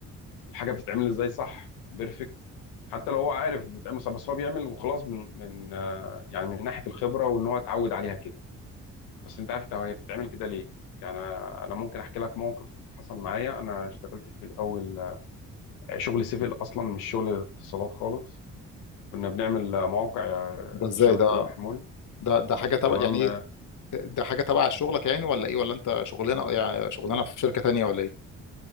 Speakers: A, on the left (about 85°); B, on the left (about 60°).
A: الحاجه بتتعمل ازاي صح بيرفكت حتى لو هو عارف بتعمل صح بس هو بيعمل وخلاص من من آه، يعني من ناحيه الخبره وان هو اتعود عليها كده بس انت عارف طب هي بتتعمل كده ليه؟ يعني انا أنا ممكن احكي لك موقف حصل معايا انا اشتغلت في الاول آه، شغل سيفل اصلا مش شغل اتصالات خالص كنا بنعمل آه، مواقع آه،
B: ده ازاي
A: شبكه
B: ده
A: المحمول
B: ده ده حاجه تبع
A: تمام
B: يعني ايه ده حاجه تبع شغلك يعني ولا ايه ولا انت شغلانه يعني شغلانه في شركه تانيه ولا ايه